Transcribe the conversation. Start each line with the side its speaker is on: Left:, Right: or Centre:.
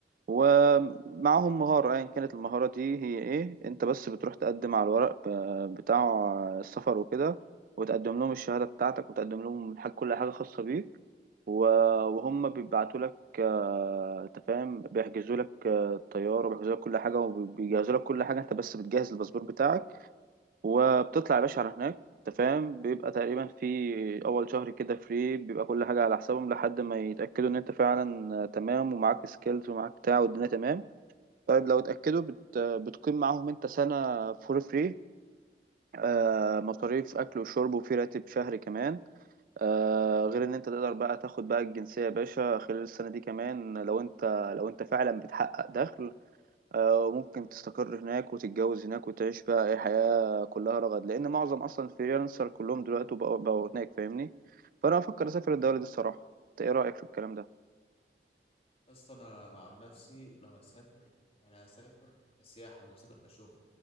Right: ومعاهم مهارة ايا كانت المهارة دي هي ايه انت بس بتروح تقدم على الورق ب- بتاع السفر وكده وتقدم لهم الشهادة بتاعتك وتقدم لهم حاجة كل حاجة خاصة بيك و- وهم بيبعتوا لك آه، انت فاهم بيحجزوا لك آه، الطياره وبيحجزوا لك كل حاجه وبيجهزوا لك كل حاجه انت بس بتجهز الباسبور بتاعك وبتطلع يا باشا على هناك انت فاهم بيبقى تقريبا في اول شهر كده فري بيبقى كل حاجه على حسابهم لحد ما يتاكدوا ان انت فعلا آه، تمام ومعاك سكيلز ومعاك بتاع والدنيا تمام طيب لو اتاكدوا بت... بتقيم معاهم انت سنه فور فري آه، مصاريف اكل وشرب وفي راتب شهري كمان آه غير ان انت تقدر بقى تاخد بقى الجنسية يا باشا خلال السنة دي كمان لو انت لو انت فعلا بتحقق دخل آه ممكن تستقر هناك وتتجوز هناك وتعيش بقى اي حياة كلها رغد لان معظم اصلا الفريلانسر كلهم دلوقتي بقوا, بقوا هناك فاهمني فانا افكر اسافر الدولة دي الصراحة انت ايه رأيك في الكلام ده
Left: يا اسطى انا عن نفسي لو هسافر انا هسافر كسياحه مش هسافر كشغل